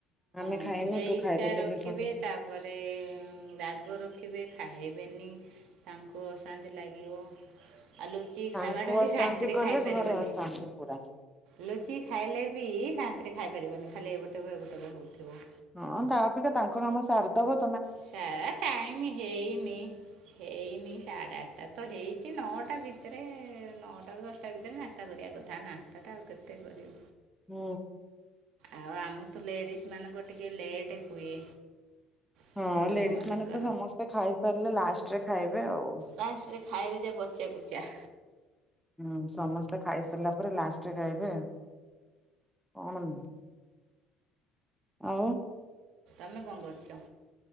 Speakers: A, in the centre; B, on the right.
A: ଆମେ
B: ହଁ
A: ଖାଇନୁ
B: ହେଇସା
A: ତୁ ଖାଇଦେଲୁ
B: ରଖିବେ
A: କି କଣ
B: ତାପରେ ରାଗ ରଖିବେ ଖାଇବେ ବେନି ତାଙ୍କୁ ଅଶାନ୍ତି ଲାଗିବ। ଆଉ ଲୁଚି
A: ତାଙ୍କୁ
B: ଖାଇବାଟା ବି
A: ଅଶାନ୍ତି
B: ଶାନ୍ତିରେ
A: କଲେ
B: ଖାଇପାରିବନି
A: ଘରେ ଅଶାନ୍ତି ପୁରା।
B: ଲୁଚି ଖାଇଲେ ବି ଶାନ୍ତିରେ ଖାଇ ପାରିବନି ଖାଲି ଏବଟେବ ଏବଟେ ବ ହଉଥିବ।
A: ହଁ ତା ଅପେକ୍ଷା ତାଙ୍କ କାମ ସାରଦବ
B: <unintelligible> ଟାଇମି ହେଇନି-ହେଇନି ସାଢ଼େ ଆଠଟା ତ ହେଇଛି ନଅଟା ଭିତରେ ନଅଟାରୁ ଦଶଟା ଭିତରେ ନାସ୍ତା କରିବା କଥା ନାସ୍ତାଟା ଆଉ କେତେ କରିବ।
A: ହୁଁ।
B: ଆଉ ଆମ ତ ଲେଡିସ ମାନଙ୍କ ଟିକେ ଲେଟ୍ ହୁଏ। ସ୍ତ୍ରୀ
A: ହଁ
B: ଲୋକମାନଙ୍କର
A: ଲେଡିସ୍ ମାନେ ତ ସମସ୍ତେ ଖାଇସାରିଲେ ଲାଷ୍ଟରେ ଖାଇବେ ଆଉ।
B: ଲାଷ୍ଟରେ ଖାଇବି ଯା ବସିଆ କୁଚା
A: ହୁଁ ସମସ୍ତେ ଖାଇସାରିଲା ପରେ ଲାଷ୍ଟରେ ଖାଇବେ କଣ। ଆଉ।
B: <unintelligible> କଣ କରୁଚ?